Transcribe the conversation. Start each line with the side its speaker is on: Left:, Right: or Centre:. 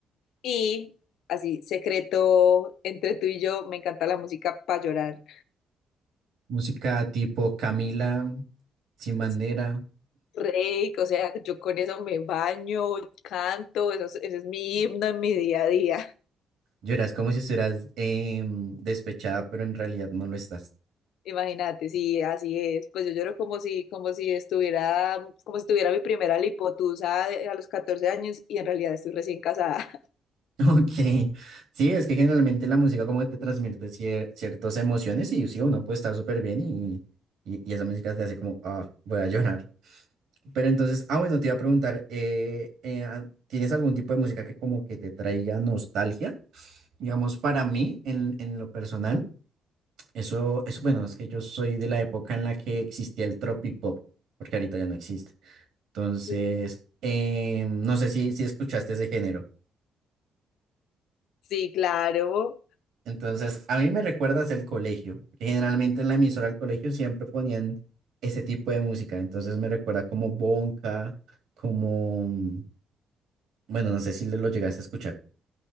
Left: Y así, secreto entre tú y yo, me encanta la música para llorar.
Right: música tipo Camila, Sin Bandera?
Left: Es Rey, o sea, yo con eso me baño, canto, eso, es- ese es mi himno en mi día a día.
Right: Lloras como si estuvieras em, despechada, pero en realidad no lo estás.
Left: Imagínate, sí, así es. Pues yo lloro como si, como si estuviera, como si tuviera mi primera lipotusa de- a los 14 años y en realidad estoy recién casada.
Right: <laughs> Ok, sí, es que generalmente la música como que te transmite cier- ciertas emociones y sí, uno puede estar súper bien y, y, y esa música te hace como, ah, voy a llorar. Pero entonces, ah, bueno, te iba a preguntar, eh, eh, ah, ¿tienes algún tipo de música que como que te traiga nostalgia? Digamos, para mí, en, en lo personal, eso, eso, bueno, es que yo soy de la época en la que existía el tropipop, porque ahorita ya no existe. Entonces,
Left: <laughs>
Right: eh, no sé si, si escuchaste ese género.
Left: Sí, claro.
Right: Entonces, a mí me recuerdas el colegio. que Generalmente en la emisora del colegio siempre ponían ese tipo de música. Entonces me recuerda como Bonka, como, mm, bueno, no sé si lo llegaste a escuchar.